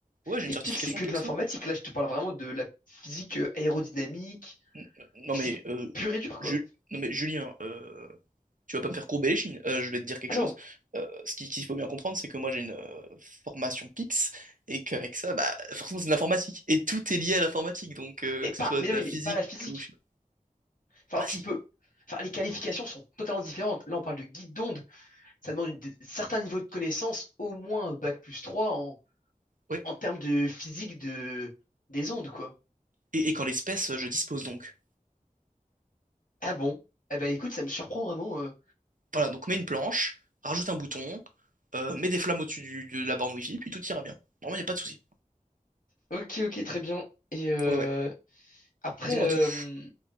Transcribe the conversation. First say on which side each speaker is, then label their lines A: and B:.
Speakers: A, on the right; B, on the left.
A: Ouais, j'ai
B: Mais
A: une certification
B: Pix, c'est que
A: Pix,
B: de l'informatique.
A: ouais.
B: Là, je te parle vraiment de la physique euh, aérodynamique,
A: N- euh, Non
B: physique
A: mais, euh,
B: pure et dure, quoi.
A: Ju- non, mais Julien, euh, tu vas pas me faire courber les chines. Euh, je vais te dire quelque
B: Ah
A: chose.
B: non,
A: Euh, ce qui- qu'il faut bien comprendre, c'est que moi j'ai une euh, formation Pix, et qu'avec ça, bah forcément c'est de l'informatique. Et tout est lié à l'informatique, donc euh,
B: mais
A: que
B: pas,
A: ce soit
B: mais
A: de
B: non,
A: la
B: mais
A: physique
B: mais pas la physique.
A: ou... je sais pas.
B: Enfin,
A: Ah bah
B: tu
A: si,
B: peux. Enfin, les qualifications sont totalement différentes. Là, on parle de guide d'onde. Ça demande une, des- certains niveaux de connaissances, au moins bac plus 3 en,
A: ouais.
B: en termes de physique de, des ondes, quoi.
A: Et, et qu'en l'espèce, je dispose donc.
B: Ah bon? Eh ben, écoute, ça me surprend vraiment. euh.
A: Voilà, donc mets une planche, rajoute un bouton, euh, mets des flammes au-dessus du- de la borne Wi-Fi, puis tout ira bien. Vraiment, il n'y a pas de souci.
B: Ok, ok, très bien. Et euh,
A: Ouais, ouais,
B: après,
A: dis-moi
B: euh,
A: tout.